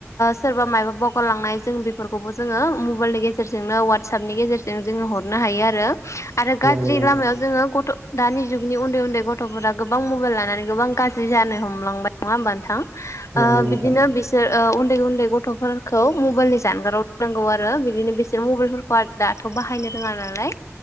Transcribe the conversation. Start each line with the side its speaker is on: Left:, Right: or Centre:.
Left: सोरबा मायबा बगारलांनाय जों बेफोरखौबो जोङो मबाइलनि गेजेरजोंनो वाटसेपनि गेजेरजों जोङो हरनो हायो आरो आरो गाज्रि
Right: नंगौ नोंथां
Left: लामायाव जोङो गथ' दानि जुगनि उन्दै उन्दै गथ'फोरा गोबां मबाइल लानानै गोबां गाज्रि जानो हमलांबाय नङा होमबा नोंथां
Right: नंगौ
Left: आ
Right: नोंथां
Left: बिदिनो बिसोर उन्दै उन्दै गथ'फोरखौ मबाइलनि जानगारावांगौ आरो बिदिनो बेसोर मबाइलफोरखौ दाथ' बाहायनो रोङा नालाय